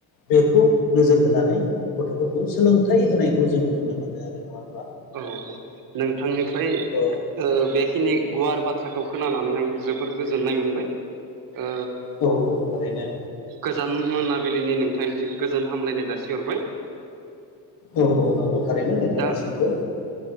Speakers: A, on the left; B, on the right.
A: बेखौ नोजोर होनानै गथ'फोरखौ सोलोंथाइ होनायखौ जों नुनो मोनो आरो नंङा
B: औ औ नोंथांनिफ्राय
A: अ
B: ओ बेखिनि गुवार बाथ्राखौ खोनानानै आं जोबोर गोजोननाय मोनबाय ओ
A: औ औ थारैनो
B: गोजान मोनाबिलिनि नोंथांनिसिम गोजोन हामलायनाय जासिहरबाय।
A: औ औ नंगौ थारैनो नोंथांनिसिमबो
B: दा